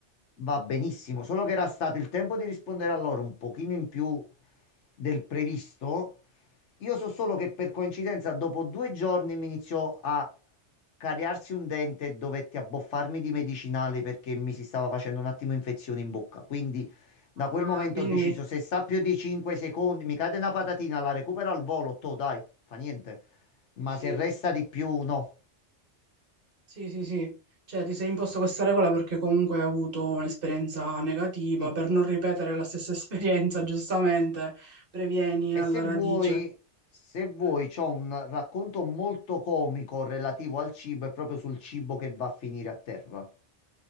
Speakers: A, on the left; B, on the right.
A: va benissimo, solo che era stato il tempo di rispondere a loro un pochino in più del previsto. Io so solo che per coincidenza dopo due giorni mi iniziò a cariarsi un dente e dovetti abboffarmi di medicinali perché mi si stava facendo un attimo infezione in bocca. Quindi da quel
B: Ah,
A: momento
B: quindi,
A: ho deciso, se sta più di 5 secondi, mi cade una patatina, la recupero al volo, to, dai, fa niente. Ma
B: sì,
A: se resta di più, no.
B: sì, sì, sì. Cioè, ti sei imposto questa regola perché comunque hai avuto un'esperienza negativa,
A: Sì.
B: per non ripetere la stessa <laughs> esperienza, giustamente, previeni
A: E
B: alla
A: se
B: radice.
A: vuoi, se vuoi,
B: Eh,
A: c'ho un racconto molto comico relativo al cibo e proprio sul cibo che va a finire a terra.